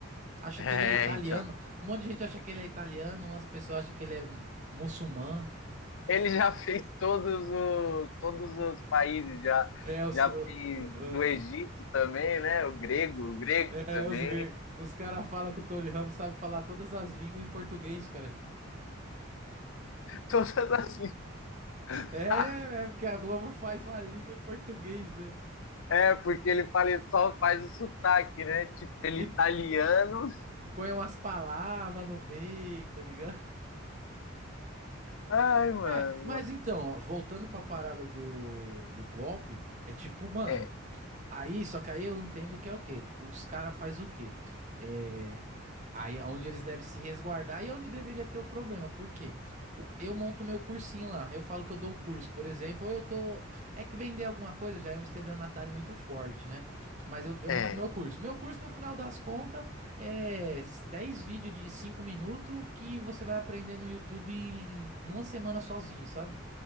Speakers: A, on the right; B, on the left.
A: Acha
B: É,
A: que ele é italiano.
B: então.
A: Um monte de gente acha que ele é italiano, umas pessoas acham que ele é muçulmano.
B: Ele já fez todos os, todos os países, já,
A: É, os,
B: já
A: o-
B: fez
A: o-
B: no Egito também, né? O grego, o grego
A: é,
B: também.
A: os, gre- os caras falam que o Tony Ramos sabe falar todas as línguas em português, cara.
B: Todas as. <laughs>
A: É, é porque a Globo faz uma língua em português, né?
B: É, porque ele fala, ele só faz o sotaque, né? Tipo, ele
A: E,
B: é italiano.
A: e põe umas palavras no meio, tá ligado?
B: Ai, mano.
A: É, mas então, ó, voltando pra parada do, do golpe, é tipo, mano.
B: É,
A: Aí, só que aí eu entendo que é o quê? Os caras faz o quê? É, aí é onde eles devem se resguardar e é onde deveria ter o problema. Por quê? O- eu monto meu cursinho lá. Eu falo que eu dou um curso, por exemplo, eu tô. É que vender alguma coisa já é um estelionatário muito forte, né? Mas eu, eu
B: é.
A: monto meu curso. Meu curso, no final das contas, é 10 vídeos de 5 minutos que você vai aprender no YouTube em, em uma semana sozinho, sabe?